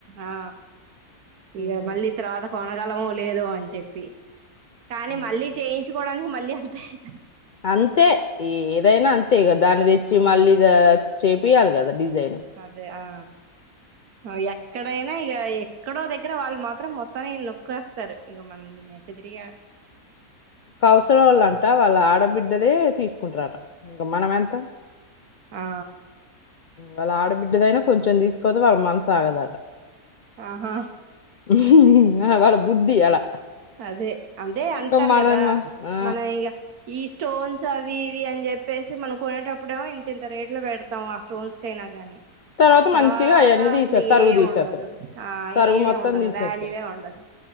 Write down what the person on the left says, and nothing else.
ఉమ్,
ఉమ్.
అంతే! ఏదైనా అంతే కదా దాన్ని తెచ్చి
మళ్ళీద చేపియాలి కదా డిజైన్?
కౌసల వాళ్లు అంట వాళ్ళ ఆడబి బిడ్డదే తీసుకుంటారట. ఇంకా మనం ఎంత?
వాళ్ళ ఆడబిడ్డదైనా కొంచెం తీసుకోందే వాళ్ళ మనసు ఆగదట.
హ్మ్ హూ వాళ్ళ బుద్ధి అలా.
ఇంకా మనమ
ఆ
తర్వాత
మంచిగా అవన్నీ తీసే
తరుగు
తీసేస్తారు
తరుగు
మొత్తం
తీసేస్తారు